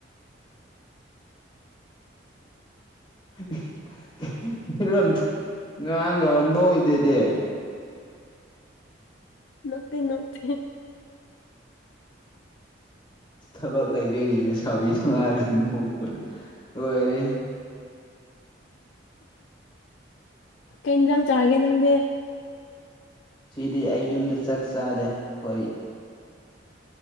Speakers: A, on the left; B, on the left.
A: <unintelligible> ꯐꯤꯔꯣꯟ ꯉꯔꯥꯡꯒ ꯅꯣꯛꯏꯗꯨꯗꯤ
B: ꯅꯣꯛꯇꯩ ꯅꯣꯛꯇꯩ <unintelligible>
A: ꯊꯕꯛ ꯂꯩꯕꯒꯤꯅꯦ ꯁꯥꯎꯕꯤꯅꯨ ꯍꯥꯏꯔꯒ ꯅꯣꯛꯄꯗꯨ ꯂꯣꯏꯔꯦꯍꯦ
B: ꯀꯩ ꯏꯟꯖꯥꯡ ꯆꯥꯔꯒꯦ ꯅꯪꯗꯤ
A: ꯁꯤꯗꯤ ꯑꯩ ꯌꯨꯝꯗ ꯆꯥꯛ ꯆꯥꯗꯦ ꯈꯣꯏ